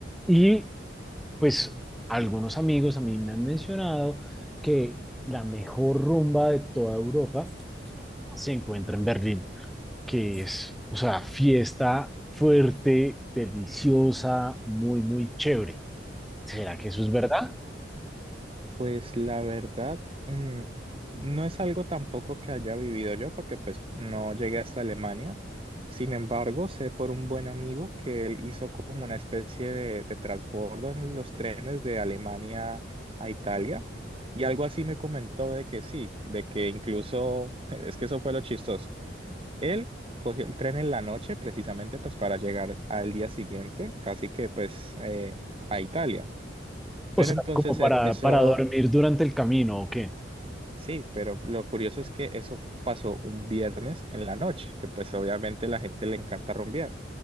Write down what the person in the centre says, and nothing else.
Y pues algunos amigos a mí me han mencionado que la mejor rumba de toda Europa se encuentra en Berlín, que es, o sea, fiesta fuerte, deliciosa, muy, muy chévere. ¿Será que eso es verdad?
O sea,
como
para,
para dormir durante el camino, ¿o qué?